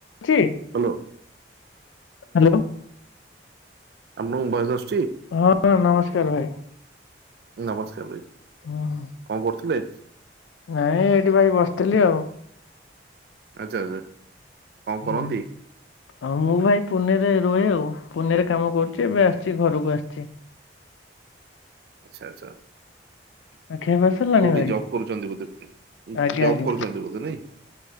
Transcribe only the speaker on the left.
ଥି
hello.
ହଁ ନମସ୍କାର ଭାଇ।
ହଁ
ନାଇଁ ଏଇଠି ଭାଇ ବସିଥିଲି ଆଉ।
ହୁଁ।
ହଁ ମୁଁ ଭାଇ ପୁନେରେ ରୁହେ ଆଉ ପୁନେରେ କାମ କରୁଛି ଏବେ ଆସିଛି ଘରକୁ ଆସିଛି।
ଆଉ ଖିଆ ପିଆ ସରିଲାଣି
ଭାଇ
ଆଜ୍ଞା
ଆଜ୍ଞା।